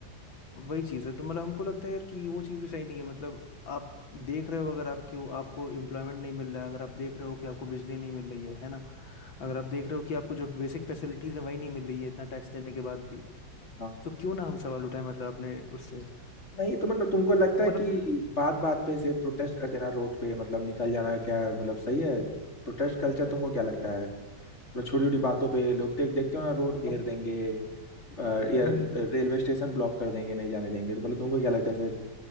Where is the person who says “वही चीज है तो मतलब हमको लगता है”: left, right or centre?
Left